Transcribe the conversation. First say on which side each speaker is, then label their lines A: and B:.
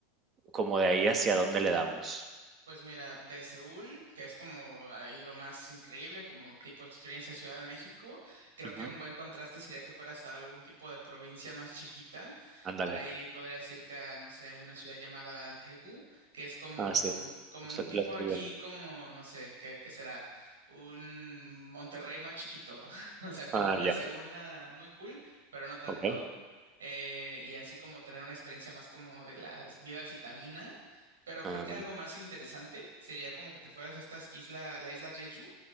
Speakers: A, on the right; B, on the right.
A: como de ahí, ¿hacia dónde le damos?
B: Pues mira, de Seúl, que es como ahí lo más increíble, como tipo experiencia Ciudad de México, creo
A: Ujú,
B: que un buen contraste sería que fueras a algún tipo de provincia más chiquita.
A: ándale.
B: Ahí podrías irte a, no sé, hay una ciudad llamada Daegu, que es como,
A: Ah, sí,
B: como
A: justo
B: un
A: aquí
B: tipo
A: la estoy
B: aquí,
A: viendo.
B: como, no sé, ¿qué, qué será? Un Monterrey más chiquito, <laughs> o sea, como
A: Ah,
B: una
A: ya,
B: segunda muy cool, pero no tanto
A: okey.
B: eh, y así como tener una experiencia más como de la vida citadina. Pero
A: Ah,
B: creo que algo más interesante sería como que te fueras a estas isla, la isla Jeju,